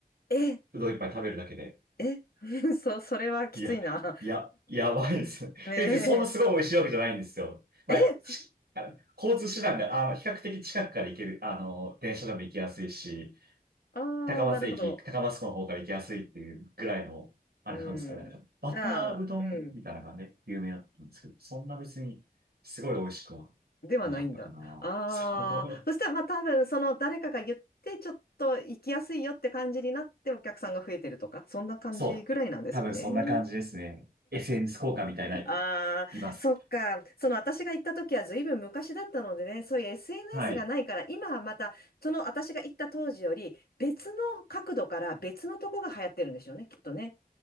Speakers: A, on the left (about 75°); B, on the right (about 85°).
A: え、
B: うどん一杯食べるだけで。
A: え、<laughs> そ、それはきついな。
B: いや、いや、やばいです。
A: <laughs> ねえ。
B: <laughs> え、そんなすごい美味しいわけじゃないんですよ。まあ、
A: え、
B: しあの交通手段が、あの、比較的近くから行ける、あの、電車でも行きやすいし、
A: <laughs> ああ、
B: 高松駅、
A: なるほど。
B: 高松港の方から行きやすいっていうぐらいの、あれなんですけどね。
A: うん。
B: バターうどんみたいなのがね、
A: じゃあ、うん。
B: 有名だったんですけど、そんな別にすごい美味しくは
A: ではないんだ。
B: なかったかな。
A: ああ、
B: そう。
A: そしたらまあ多分その誰かが言ってちょっと行きやすいよって感じになってお客さんが増えてるとか、そんな感じぐらいなんですかね。
B: そう。多分そんな感じですね。SNS 効果みたいな、
A: ああ、
B: います。
A: そっか。その私が行った時は随分昔だったのでね、そういう SNS
B: はい。
A: がないから、今はまたその私が行った当時より別の角度から別のとこが流行ってるんでしょうね、きっとね。